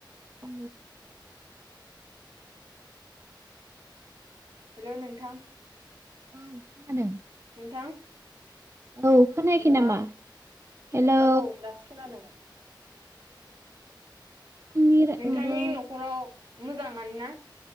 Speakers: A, on the right (about 35°); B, on the right (about 75°).
A: औ
B: हेल' नोंथां
A: औ खोनादों
B: नोंथां
A: औ खोनायाखै
B: नोंथां
A: नामा? हेलौ
B: औ दासो खोनादों
A: आंनि रा
B: नोंथांनि
A: माबा
B: न'खराव मोजाङानो ना?